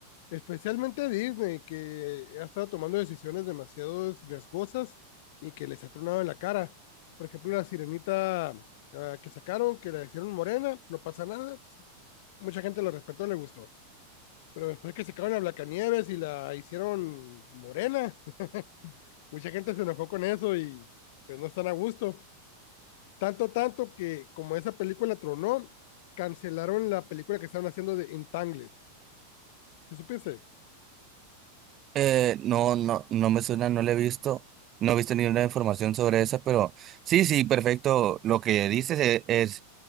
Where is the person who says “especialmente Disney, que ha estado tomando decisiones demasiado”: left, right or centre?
Left